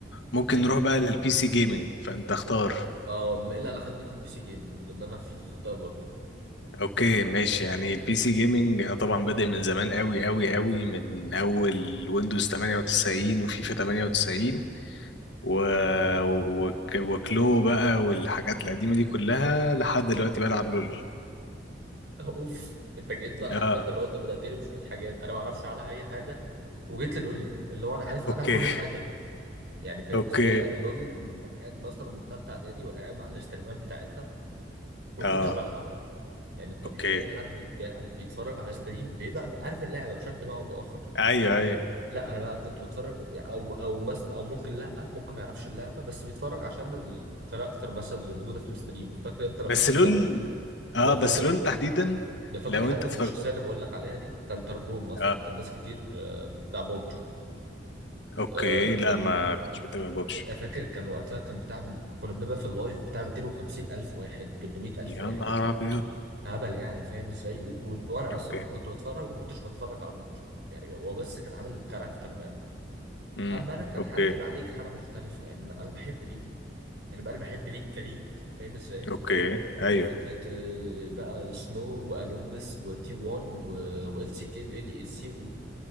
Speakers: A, on the left; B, on the right.
A: ممكن
B: مم.
A: نروح بقى للبي سي جيمنج فانت اختار
B: اه ما الا انا خليني في البي سي جيمنج لان انا في في ده برضه
A: اوكي ماشي يعني البي سي جيمنج انا طبعا بادئ من زمان قوي قوي قوي من اول ويندوز 98 وفيفا 98 و... وك... وكلو بقى والحاجات القديمة دي كلها لحد دلوقتي بلعب لول
B: <laughs> اوف انت جيت ده
A: اه
B: عارف انت لو انت بدأتني بشويه حاجات انا ما اعرفش عنها اي حاجه وجيت لي اللي هو انا عارف عنها
A: اوكي
B: كل حاجه يعني فاهم
A: اوكي
B: ازاي انا لول قاعد مثلا من ثالثه اعدادي ولا قاعد مع الاستريمات بتاعتها وما
A: اه
B: كنتش بلعبها يعني الطبيعي
A: اوكي
B: ان اي حد بيلعب بيتفرج على ستريم بيبقى عارف اللعبه بشكل ما او باخر
A: ايوه ايوه
B: لا انا بقى كنت بتفرج او او مثلا او ممكن لا ممكن ما يعرفش اللعبه بس بيتفرج عشان الكاركتر مثلا اللي موجوده في الستريم فاكر انت لو
A: بس
B: فاكر
A: لول
B: ترب
A: اه
B: لو
A: بس
B: فاكر
A: لول تحديدا
B: لو فاكر
A: لو
B: حتى
A: انت اتفرج
B: بالشخصيه اللي بقول لك عليها دي كان تربوم مثلا
A: اه
B: كان ناس كتير آه، بتاع بابجي
A: اوكي
B: آه،
A: لا
B: ان
A: ما كنتش بتابع بابجي
B: أنا فاكر كان وقتها كان بتاع كنا بنبقى في اللايف بتاع 250 ألف واحد 300 ألف
A: يا
B: واحد
A: نهار ابيض
B: هبل يعني فاهم ازاي وكون وأنا
A: اوكي
B: أصلا كنت بتفرج ما كنتش بتفرج على بطل يعني هو بس كان عامل الكاركتر بقى
A: امم
B: أما أنا كان
A: اوكي
B: حالتي مع ليك حالة مختلفة يعني لا، أنا بحب ليك يعني بقى أنا بحب ليك كليك فاهم ازاي
A: اوكي
B: وفكرة
A: ايوه
B: آه، بقى سنو وأنوبس وتي 1 وال سي كي وال اي سي